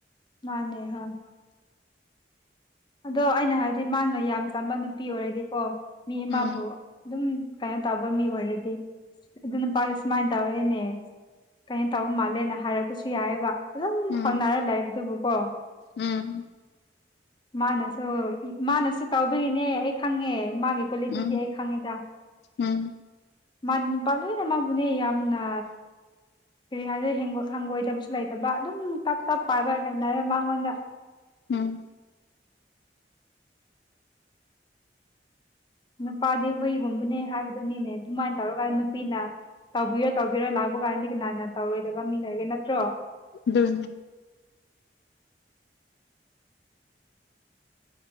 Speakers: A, on the left; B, on the left.
A: ꯃꯥꯟꯅꯦ ꯍꯥꯏ ꯑꯗꯣ ꯑꯩꯅ ꯍꯥꯏꯕꯗꯤ ꯃꯥꯅ ꯌꯥꯝ ꯆꯝꯕ ꯅꯨꯄꯤ ꯑꯣꯏꯔꯗꯤꯀꯣ ꯃꯤ ꯑꯃꯃꯕꯨ
B: ꯎꯝ
A: ꯑꯗꯨꯝ ꯀꯩꯅꯣ ꯇꯧꯕ ꯃꯤ ꯑꯣꯏꯔꯗꯤ ꯑꯗꯨ ꯅꯨꯄꯥꯗꯨ ꯁꯨꯃꯥꯏꯅ ꯇꯧꯔꯦꯅꯦ ꯀꯩꯅꯝ ꯇꯧꯕ ꯃꯥꯜꯂꯦꯅ ꯍꯥꯏꯔꯛ ꯄꯨꯠꯁꯤ ꯌꯥꯏꯕ ꯑꯗꯨꯝ
B: ꯎꯝ
A: ꯊꯥꯎꯅꯔ ꯂꯥꯛꯕꯗꯨꯕꯨꯀꯣ
B: ꯎꯝ
A: ꯃꯥꯅꯁ ꯑꯣ ꯃꯥꯅꯁꯨ ꯇꯥꯎꯕꯒꯤꯅꯦ ꯑꯩ ꯈꯪꯉꯦ ꯃꯥꯒꯤ ꯀꯣꯂꯤꯇꯤꯗꯤ
B: ꯎꯝ
A: ꯑꯩ ꯈꯪꯉꯦꯗ
B: ꯎꯝ
A: ꯃꯥꯥꯛ ꯅꯨꯄ ꯂꯣꯏꯅꯥꯅꯦ ꯃꯥꯕꯨꯅꯦ ꯌꯥꯝꯅ ꯀꯩ ꯍꯥꯏꯔꯦ ꯍꯪꯒꯣꯏꯖꯕꯁꯨ ꯂꯩꯇꯕ ꯑꯗꯨ ꯎꯝ ꯇꯞ ꯇꯞ ꯄꯥꯏꯕ ꯍꯩꯅꯔꯦ ꯃꯉꯣꯟꯗ
B: ꯎꯝ
A: ꯅꯨꯄꯥꯗꯤ ꯍꯨꯏꯒꯨꯝꯕꯅꯦ ꯍꯥꯏꯕꯗꯨꯅꯤꯅꯦ ꯑꯗꯨꯃꯥꯏꯅ ꯇꯧꯔꯒ ꯅꯨꯄꯤꯅ ꯇꯧꯕꯤꯔꯣ ꯇꯧꯕꯤꯔꯣ ꯂꯥꯛꯄ ꯀꯥꯟꯗꯤ ꯀꯅꯥꯅ ꯇꯧꯔꯣꯏꯗꯕ ꯃꯤ ꯂꯩꯔꯒꯦ ꯅꯠꯇ꯭ꯔꯣ
B: ꯑꯗꯨꯅꯦ